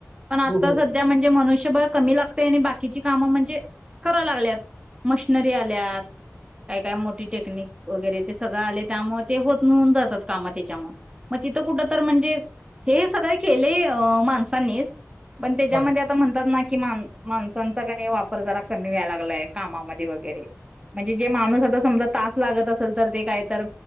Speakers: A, on the right (about 20°); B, on the left (about 50°).
A: पण आता
B: हो हो
A: सध्या म्हणजे मनुष्य बळ कमी लागतय आणि बाकीची काम म्हणजे कराय लागल्यात मशनरी आल्यात काय काय मोठी टेक्निक वगैरे ते सगळं आले त्यामुळे ते होत वुुन जातात काम त्याच्यामुळं म तिथं कुटतर म्ह हे सगळे केलेय माणसांनीच पण त्याच्यामध्ये
B: हा
A: आता म्हणतात ना की मा माणसांचा कनाय वापर जरा कमी व्हायला लागलाय कामामध्ये वगैरे म्हणजे जे माणूस आता समजा तास लागत असेल तर ते काय तर